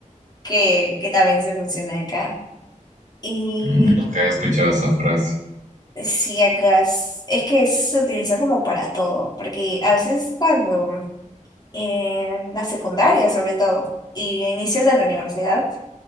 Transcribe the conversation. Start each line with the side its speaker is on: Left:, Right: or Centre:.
Left: que, que también se funciona acá. Y
Right: Nunca he escuchado esa frase.
Left: sí, acá es, es que se utiliza como para todo, porque a veces cuando en la secundaria sobre todo y a inicios de la universidad,